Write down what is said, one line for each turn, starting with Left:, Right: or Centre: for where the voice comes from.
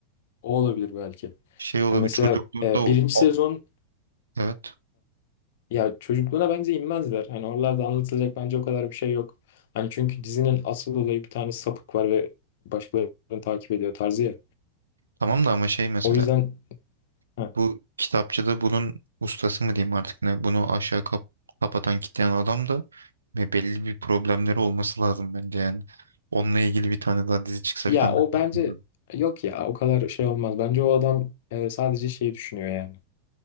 Left: O olabilir belki.
Right: Şey olabilir
Left: Hani mesela
Right: çocukluğunda
Left: e, birinci
Right: o, o-
Left: sezon
Right: evet
Left: Ya çocuklara bence inmezler. Hani oralarda anlatılacak bence o kadar bir şey yok. Hani çünkü dizinin asıl olayı bir tane sapık var ve başkalarını takip ediyor tarzı ya.
Right: tamam da ama şey mesela
Left: O yüzden Heh.
Right: bu kitapçıda bunun ustası mı diyeyim artık ne bunu aşağı kap- kapatan kitleyen adam da ve belli bir problemleri olması lazım bence yani. Onunla ilgili bir tane daha dizi çıksa
Left: ya
Right: falan
Left: o
Right: ben
Left: bence
Right: çok iyi olur.
Left: yok ya o kadar şey olmaz. Bence o adam e, sadece şeyi düşünüyor yani.